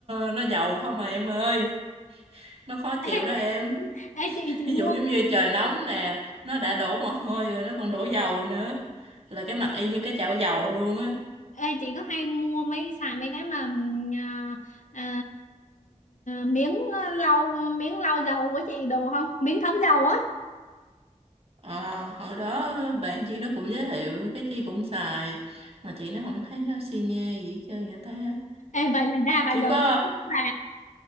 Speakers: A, on the right; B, on the left.
A: nó dầu không à em ơi nó khó chịu
B: ê,
A: đó em
B: ê chị chị
A: ví
B: mua
A: dụ giống như trời nóng nè nó đã đổ mồ hôi rồi nó còn đổ dầu nữa là cái mặt y như cái chảo dầu luôn á
B: ê chị có hay mua mấy xài mấy cái mà ừm, ờ, ờ, miếng lau miếng lau dầu của chị đồ không miếng thấm dầu á
A: Ờ, hồi đó bạn chị nó cũng giới thiệu cái chị cũng xài mà chị nó không thấy nó xi nhê gì hết trơn vậy ta
B: ê vậy là da bà
A: chỉ
B: dầu
A: có
B: bà